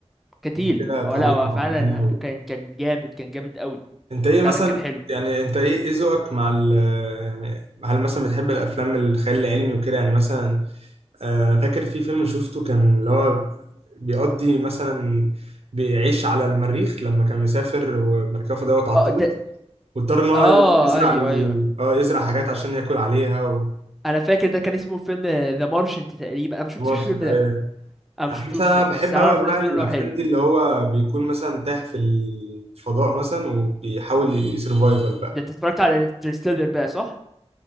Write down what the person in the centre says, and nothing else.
كتيل
هو لا هو
فعلا كان كان جامد كان جامد قوي
فعلا كان حلو
اه ده
اه
ايوه
ايوه
انا فاكر ده كان اسمه فيلم ذا مارشنت تقريبا انا ما شفتش
الفيلم
ده انا ما
شفتوش
الصراحه
بس انا
اعرف
ناس بيقولوا
انه حلو
ده انت اتفرجت على انترستيلر بقى صح